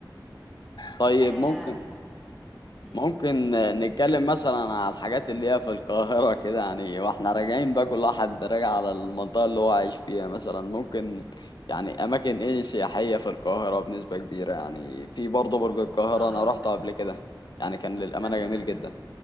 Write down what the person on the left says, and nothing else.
طيب
ممكن
ممكن نتكلم مثلا على الحاجات اللي هي في القاهرة كده يعني واحنا راجعين بقى كل واحد راجع على المنطقة اللي هو عايش فيها مثلا ممكن يعني أماكن إيه سياحية في القاهرة بنسبة كبيرة يعني في برضه برج القاهرة
أنا روحته قبل كده يعني كان للأمانة
جميل جدا